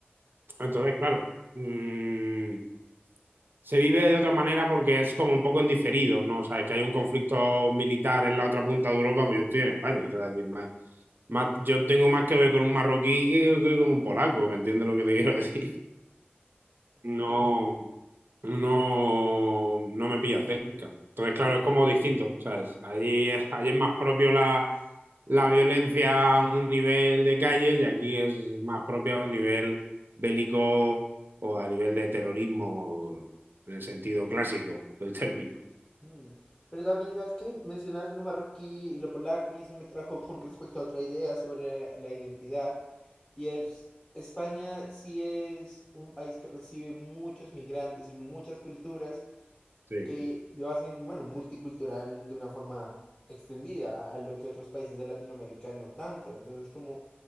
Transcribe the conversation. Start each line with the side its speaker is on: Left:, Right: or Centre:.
Right: Entonces, claro, mm, se vive de otra manera porque es como un poco en diferido ¿no? O sea, es que hay un conflicto militar en la otra punta de Europa, pues yo estoy en España, o sea, es decir, más, más, yo tengo más que ver con un marroquí que, que con un polaco, ¿me entiendes lo que te quiero <laughs> decir? No,
Left: Ok.
Right: no, no me pilla cerca. Entonces, claro, es como distinto, ¿sabes? Allí, es- allí es más propio la, la violencia a un nivel de calle y aquí es más propio a un nivel bélico o a nivel de terrorismo en el sentido clásico del término.
Left: Mm, Pero también, ¿sabes qué? Mencionaste lo marroquí y lo polaco y eso me trajo con respecto a otra idea sobre la la identidad. Y es, España sí es un país que recibe muchos migrantes y muchas culturas
Right: Sí.
Left: que lo hacen, bueno, multicultural de una forma extendida a lo que otros países de Latinoamérica no tanto. Entonces, como,